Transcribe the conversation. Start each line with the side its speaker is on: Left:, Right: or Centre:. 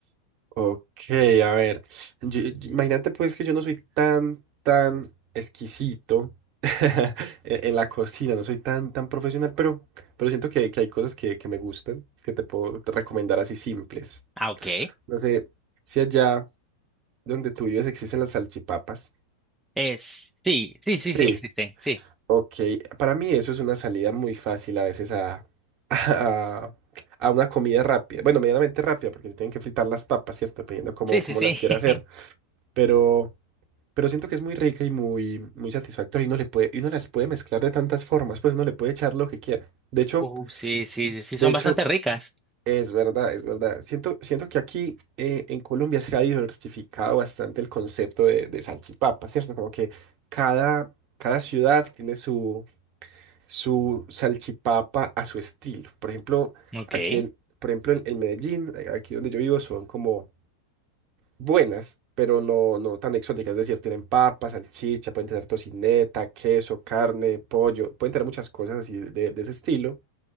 Right: Ok, a ver, yo- yo- imagínate pues que yo no soy tan, tan exquisito <laughs> en en la cocina, no soy tan, tan profesional, pero, pero siento que, que hay cosas que, que me gustan, que te puedo recomendar así simples.
Centre: Ah, ok.
Right: No sé si allá donde tú vives existen las salchipapas.
Centre: Es, sí, sí, sí,
Right: Sí.
Centre: sí existen. Sí,
Right: Ok, para mí eso es una salida muy fácil a veces a, <laughs> a, a una comida rápida. Bueno, medianamente rápida, porque le tienen que fritar las papas, ¿cierto? Dependiendo cómo,
Centre: sí,
Right: cómo
Centre: sí, sí.
Right: las quiera
Centre: <laughs>
Right: hacer. Pero, pero siento que es muy rica y muy, muy satisfactoria. Y uno le puede, y uno las puede mezclar de tantas formas, pues uno le puede echar lo que quiera. De hecho,
Centre: Uh, sí, sí, sí, sí,
Right: de
Centre: son
Right: hecho,
Centre: bastante ricas.
Right: es verdad, es verdad. Siento, siento que aquí eh, en Colombia se ha diversificado bastante el concepto de, de salchipapa, ¿cierto? Como que cada, cada ciudad tiene su su salchipapa a su estilo. Por ejemplo,
Centre: Ok.
Right: aquí en, por ejemplo, en, en Medellín, eh, aquí donde yo vivo, son como buenas, pero no, no tan exóticas. Es decir, tienen papas, salchicha, pueden tener tocineta, queso, carne, pollo, pueden tener muchas cosas así de, de ese estilo.